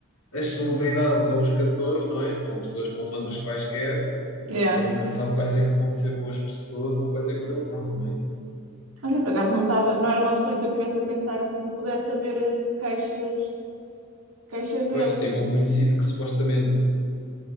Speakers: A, on the left; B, on the right.
A: as celebridades ou os cantores, não é? São pessoas como outras quaisquer. Uma
B: yeah.
A: pessoa nunca sabe quais é que vão ser boas pessoas ou quais é que não vão, não é?
B: Olha, por acaso não estava, não era uma opção em que eu tivesse a pensar assim que pudesse haver eh, queixas, queixas dele.
A: Pois, tive um conhecido que supostamente